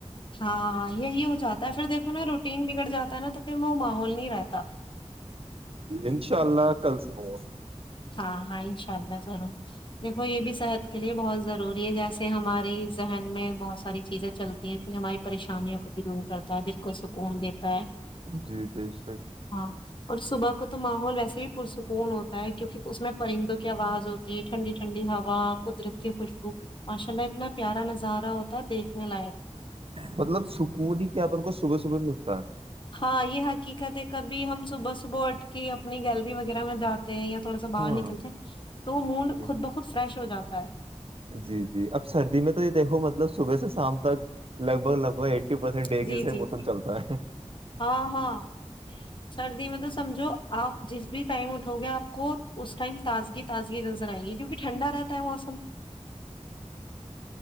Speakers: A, on the left; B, on the right.
A: ہاں یہی ہو جاتا ہے پھر دیکھو نا روٹین بگڑ جاتا ہے نا تو پھر میں وہ ماحول نہیں رہتا
B: انشاء اللہ کل سے ہوا
A: ہاں ہاں انشاء اللہ ضرور دیکھو یہ بھی صحت کے لیے بہت ضروری ہے جیسے ہماری ذہن میں بہت ساری چیزیں چلتی ہیں پ ہماری پریشانیوں کو بھی دور کرتا ہے دل کو سکون دیتا ہے
B: جی بے شک <unintelligible>
A: ہاں اور صبح کو تو ماحول ویسے بھی پرسکون ہوتا ہے کیونکہ اس میں پرندوں کی آواز ہوتی ہے ٹھنڈی ٹھنڈی ہوا قدرت کی خوشبو ماشاء اللہ اتنا پیارا نظارہ ہوتا دیکھنے لائق
B: مطلب سکون ہی کیا اپن کو صبح صبح ملتا ہے
A: ہاں یہ حقیقت ہے کبھی ہم صبح صبح اٹھ کے اپنی گیلری وغیرہ میں جاتے ہیں یا تھوڑا سا
B: ہے
A: باہر
B: ہاں
A: نکلتے ہیں تو موڈ
B: جی
A: خود بخود فریش ہو جاتا ہے
B: جی جی اب سردی میں تو یہ دیکھو مطلب صبح سے شام تک لگ بھگ لگ بھگ ای ف پرسینٹ ایک
A: جی
B: جیسا
A: جی
B: موسم
A: جی
B: چلتا ہے
A: ہاں ہاں سردی میں تو سمجھو آپ جس بھی ٹائم اٹھو گے آپ کو اس ٹائم تازگی تازگی نظر آئیں گی کیونکہ ٹھنڈا رہتا ہے موسم